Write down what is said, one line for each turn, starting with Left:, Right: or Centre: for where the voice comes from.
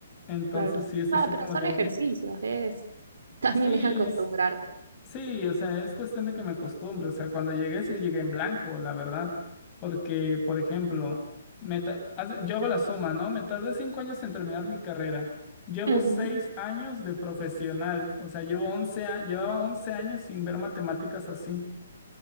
Left: Entonces
Right: claro,
Left: sí es
Right: claro.
Left: así
Right: Ah, pero
Left: como
Right: son
Left: de,
Right: ejercicios, es, <laughs> también
Left: sí,
Right: es acostumbrarte.
Left: Sí, o sea, es cuestión de que me acostumbre. O sea, cuando llegué, sí llegué en blanco, la verdad. Porque, por ejemplo, me ta- haz- yo hago la suma, ¿no? Me tardé cinco años en terminar mi carrera. Llevo
Right: Ujú.
Left: seis años de profesional. O sea, llevo once, a- llevaba 11 años sin ver matemáticas así.